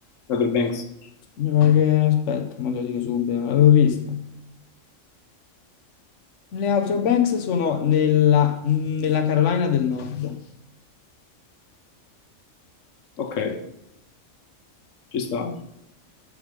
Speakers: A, on the left; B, on the left.
A: Outer Banks.
B: Mi pare che, aspetta, mo te lo dico subito, non l'avevo vista. Le Outer Banks sono nella, nella Carolina del Nord
A: Ok, ci sta.